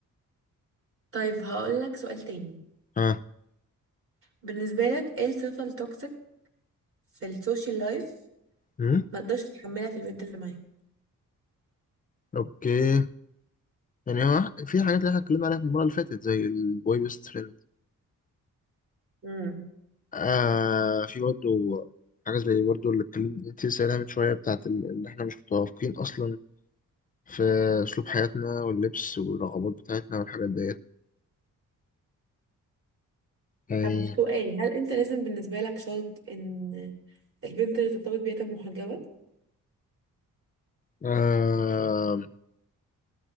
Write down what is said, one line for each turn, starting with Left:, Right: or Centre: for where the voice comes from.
Right: طيب هقول لك سؤال تاني
Left: ها
Right: بالنسبة لك ايه الصفة التوكسيك في السوشيال لايف
Left: أمم؟
Right: ما تقدرش تتحملها في البنت اللي معاك
Left: أوكي يعني هو في حاجات اللي احنا اتكلمنا عليها في المرة اللي فاتت زي البوي بيست فريند
Right: امم
Left: آه في برضه حاجة زي برضه اللي اتكلمت انت لسه قايلها من شوية بتاعت ال- اللي احنا مش متوافقين أصلا في أسلوب حياتنا واللبس والرغبات بتاعتنا والحاجات ديت يعني
Right: طب سؤال هل انت لازم بالنسبة لك شرط ان البنت اللي ترتبط بيها تبقى محجبة
Left: آه